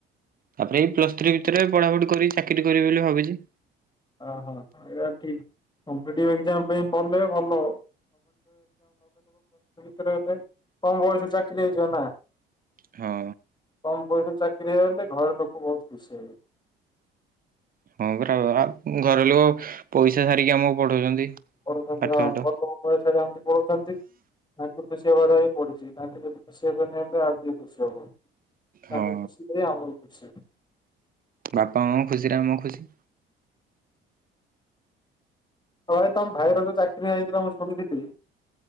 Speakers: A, on the right (about 30°); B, on the left (about 15°).
A: ତାପରେ ଏଇ ପ୍ଲସ୍ ଥ୍ରୀ ଭିତରେ ପଢ଼ାପଢ଼ି କରି ଚାକିରି କରିବି ବୋଲି ଭାବିଛି,
B: ଓହୋ ହଁ-ହଁ ଏଇଆ ଠିକ୍, କମ୍ପିଡି ଅଗଜାମ ପାଇଁ କଲେ ଭଲ <unintelligible> କମ ବୟସରୁ ଚାକିରି ହେଇଯିବ ନା,
A: ହଁ
B: କମ୍ ବୟସରେ ଚାକିରି ହେଇଗଲେ ଘରେ ଲୋକ ବହୁତ୍ ଖୁସି ହେଇବେ,
A: ହଁ ପରା ଆଉ ଘର ଲୋକ ପଇସା ସାରିକି ଆମକୁ ପଢଉଛନ୍ତି,
B: ପଢ଼ଉଛନ୍ତି
A: ପାଠ
B: ହଁ
A: ଫାଠ
B: <unintelligible> ଆମେ ପଢ଼ୁଛନ୍ତି, ତାଙ୍କୁ ଖୁସି ହବାର ହିଁ ପଡ଼ୁଛି ତାଙ୍କୁ ଯଦି ଖୁସି ହେବେନି ତ ଆଉ କିଏ ଖୁସି ହବ, ତାଙ୍କେ
A: ହଁ
B: ଖୁସି ଥିଲେ ଆମର ଖୁସି,
A: ବାପା ମାଙ୍କ ଖୁସିରେ ଆମ ଖୁସି,
B: ହଉ ଭାଇ ତମ ଭାଇର ଯୋଉ ଚାକିରି ହେଇଥିଲା ମୁଁ ଶୁଣିଥିଲି